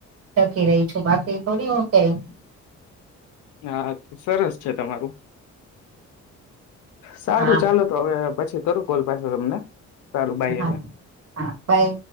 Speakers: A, on the right; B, on the left.
A: ટકી રહી છું બાકી થોડી હું કઈ
B: હા સરસ છે તમારું સારું
A: હા
B: ચાલો તો હવે પછી કરું કોલ પાછો તમને સારું બાય
A: હા
B: હવે
A: હા પાઈ